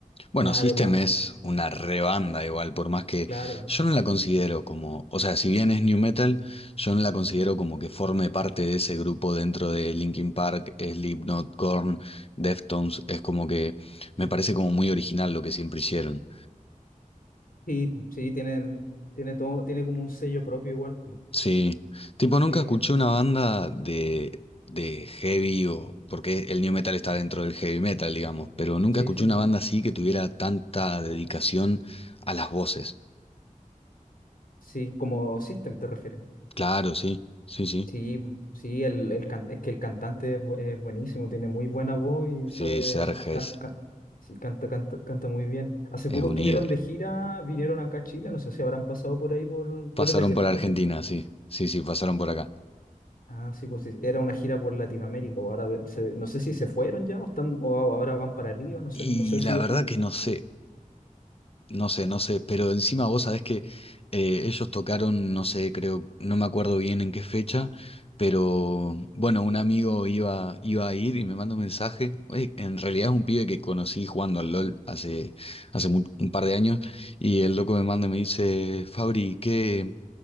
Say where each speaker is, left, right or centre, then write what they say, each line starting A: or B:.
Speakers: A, on the left (about 45°); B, on the left (about 80°).
A: Bueno,
B: más
A: System
B: adelante.
A: es una rebanda igual, por más que
B: Claro,
A: yo no la considero como, o sea, si bien es new metal, yo no la considero como que forme parte de ese grupo dentro de Linkin Park, Slipknot, Korn, Deftones, es como que me parece como muy original lo que siempre hicieron.
B: sí, sí, tienen, tiene todo, tiene como un sello propio igual. mm,
A: Sí, tipo nunca
B: Sí,
A: escuché una banda de, de heavy o, porque el new metal está dentro del heavy metal, digamos, pero nunca
B: sí,
A: escuché
B: sí.
A: una banda así que tuviera tanta dedicación a las voces.
B: Sí, como System te refieres.
A: Claro, sí, sí, sí.
B: Sí, mm, sí, el, el can- es que el cantante es, bu- es buenísimo, tiene muy buena voz y
A: Sí,
B: sabe,
A: Serge
B: canta,
A: es,
B: sí, canta, canta, canta muy bien. Hace
A: es
B: poco
A: un
B: estuvieron
A: ídolo.
B: de gira, vinieron acá a Chile, no sé si habrán pasado por ahí por. Tú
A: Pasaron
B: eres de Argentina,
A: por Argentina,
B: ¿cierto?
A: sí, sí, sí, pasaron por acá.
B: Ah, sí, pues sí, era una gira por Latinoamérica, o ahora de- se- no sé si se fueron ya o están, o ahora van para arriba, no sé,
A: Y
B: no sé si.
A: la verdad que no sé, no sé, no sé, pero encima vos sabés que eh, ellos tocaron, no sé, creo, no me acuerdo bien en qué fecha, pero bueno, un amigo iba, iba a ir y me manda un mensaje. Oye, en realidad es un pibe que conocí jugando al LOL hace, hace mu- un par de años y el loco me manda y me dice, Fabri, ¿qué?